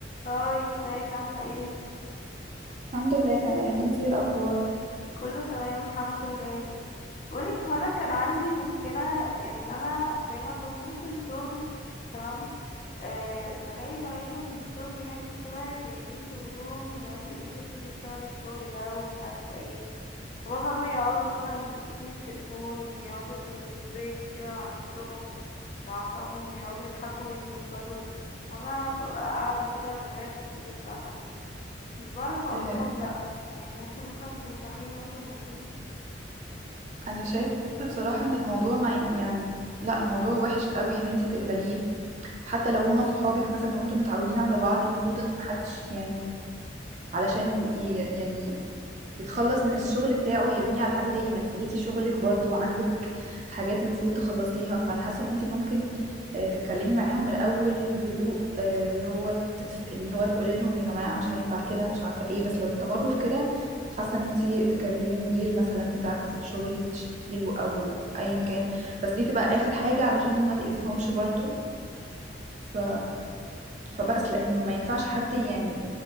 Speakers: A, on the left; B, on the right.
A: هاي ازيك عاملة ايه؟
B: الحمد لله تمام انتي ايه الاخبار
A: كله تمام الحمد لله بقولك هو انا كان عندي مشكلة ان انا دايما بكون في الشغل تمام أه بلاقي زمايلي من الشغل يعني كده جايبين شغلهم يقعدوا يقولوا لي خدي اشتغلي الشغل ده ومش عارفة ايه هما فاهمة يقعدوا مثلا ماسكين التليفون يقعدوا في البريك كده مع نفسهم مع صحابهم يقعدوا يضحكوا ويهزروا وانا ببقى قاعدة كده شغالة الشغل بتاعهم مش بعرف اقول
B: آه،
A: لهم لا يعني ممكن مثلا تنصحيني مثلا نصيحة
B: انا شايفه بصراحه ان الموضوع ما ين- يعني لا الموضوع وحش قوي ان انت تقبليه حتى لو هما صحابك مثلا وانتم متعودين على بعض المفروض ان محدش يعني علشان ي- يعني يتخلص من الشغل بتاعه يرميه على حد تاني ما انت ليكي شغلك برضو وعندك حاجات المفروض تخلصيها فانا حاسه ان انت ممكن آه، تتكلمي معاهم الاول بهدوء آه، اللي هو تتف... اللي هو تقولي لهم يا جماعه مش هينفع كده مش عارفه ايه بس لو استمروا في كده حاسه ان انت تكلمي المدير مثلا بتاعكوا في الشغل تشتكي له او ايا كان بس دي تبقى اخر حاجه علشان ما تاذيهمش برضو ف... فبس لان ما ينفعش حد يعني